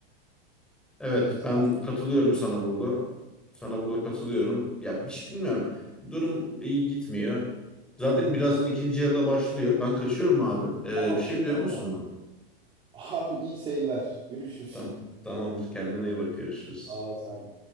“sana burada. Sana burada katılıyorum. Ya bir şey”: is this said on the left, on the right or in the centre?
Centre